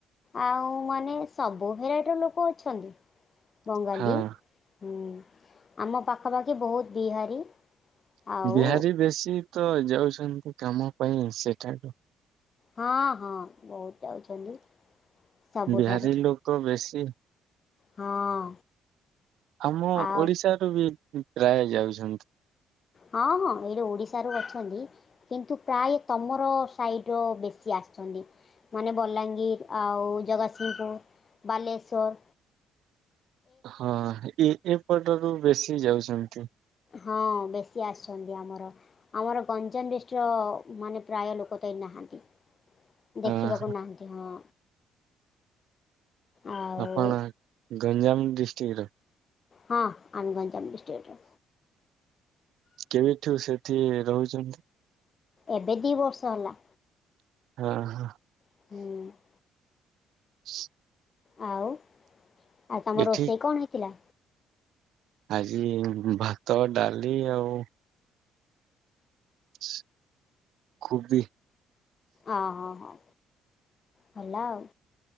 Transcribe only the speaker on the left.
ଆଉ ମାନେ ସବୁ ଭେରାଇଟିର ଲୋକ ଅଛନ୍ତି। ବଙ୍ଗାଲୀ
ହୁଁ ଆମ ପାଖାପାଖି ବହୁତ ବିହାରୀ। ଆଉ
ହଁ-ହଁ ବହୁତ୍ ଯାଉଛନ୍ତି। ସବୁଠାରେ
ହଁ।
ଆଉ
ହଁ-ହଁ ଏଇଟୁ ଓଡିଶାରୁ ଅଛନ୍ତି। କିନ୍ତୁ ପ୍ରାୟେ ତମର ସାଇଡ଼ର ବେଶୀ ଆସିଛନ୍ତି। ମାନେ ବଲାଙ୍ଗୀର୍ ଆଉ ଜଗତସିଂହପୁର ବାଲେଶ୍ଵର।
ହଁ ବେଶୀ ଆସିଛନ୍ତି ଆମର। ଆମର ଗଞ୍ଜାମ ଡିଷ୍ଟ୍ ର ମାନେ ପ୍ରାୟ ଲୋକ ତ ଏଇଟ୍ ନାହାଁନ୍ତି। ଦେଖିବାକୁ
ନାହାଁନ୍ତି ହଁ। ଆଉ
ହଁ ଆମେ ଗଞ୍ଜାମ ଡିଷ୍ଟ୍ରିକ୍ଟ୍ ର।
ଏବେ ଦି ବର୍ଷ ହଲା।
ହୁଁ।
ଆଉ ଆଉ ତମର
ରୋଷେଇ କଣ ହେଇଥିଲା?
ଅଁ ହଁ ହଁ ହେଲା ଆଉ।